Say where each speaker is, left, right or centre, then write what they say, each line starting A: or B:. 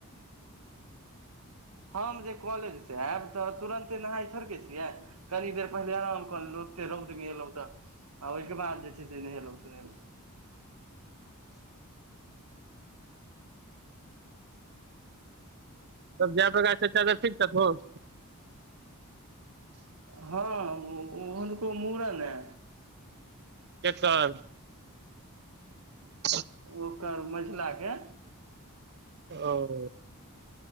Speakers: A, on the right; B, on the right.
A: हम जे कॉलेज से एब तऽ तुरंते नहााय थोड़केे छियै कनी देर पहिले आराम कऽ लेलहुँ ओते रौउद मे एलऔ तऽ आ ओहिके बाद जे छै से नहेलहुं सुनेलउ
B: धिया पुता ठीक छतुन
A: हँ हुनको मुड़न है
B: एक साल <inaudible>
A: ओकर मझिलाके
B: ओ